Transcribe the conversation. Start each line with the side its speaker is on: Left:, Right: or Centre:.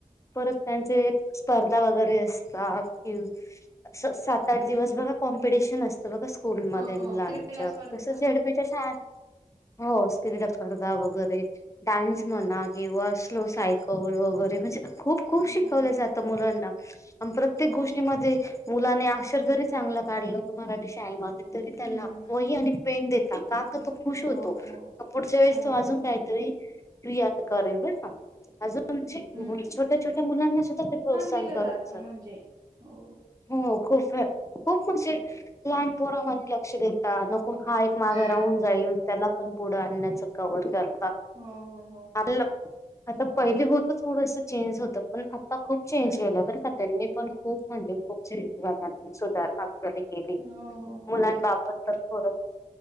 Left: परत त्यांचे स्पर्धा वगैरे असतात कि सात आठ दिवस बघा कॉम्पिटिशन असतं बघा स्कूलमध्ये
Right: हो हो
Left: मुलांच्या
Right: क्रीडा स्पर्धा
Left: तसं झडपीच्या शाळे हो, स क्रीडा स्पर्धा वगैरे डान्स म्हणा किंवा स्लो साय कल वगैरे म्हणजे खूप खूप
Right: हो
Left: शिकवल्या जातं मुलांना आणि प्रत्येक
Right: हो
Left: गोष्टीमध्ये
Right: हो हो
Left: मुलाने अक्षर जरीे चां गल काढलं की मराठी शाळेमध्ये तरी
Right: हम्म
Left: त्याला
Right: हम्म हम्म
Left: वही आणि पेन देता, का तर तो खुश
Right: हो
Left: होतो.
Right: हो हो
Left: पुढच्या वेळेस
Right: हो
Left: तो अजून
Right: हो
Left: काहीतरी क्रिया करेल बर का अजून म्हणजे
Right: हम्म
Left: छोट्या-छोट्या मुलांना सुद्धा ते प्रोत्साहन
Right: दिलं
Left: करत
Right: जातं
Left: असत.
Right: म्हणजे हो
Left: हो खूप खूप म्हणजे लहान पोरावानी लाग लक्ष देता नको हा एक माघ
Right: हो हो
Left: राहून जाईल त्याला पण पुढं आणण्याच कवर कर
Right: हो हो. हो
Left: आपल्याल <inaudible> आता पहिले होत थोडस चेंज होत पण आता खूप चेंज
Right: हम्म
Left: केलं बरं का त्यांनी पण खूप म्हणजे खूप चेंज सुधारणा वगैरे केली
Right: हो हो
Left: मुलांबाबत तर थोड